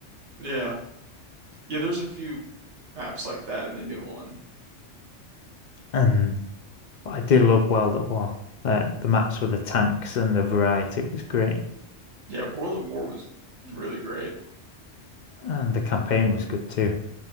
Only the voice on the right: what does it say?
Yeah. Yeah, there's a few maps like that in the new one.
Yeah, World at War was really great.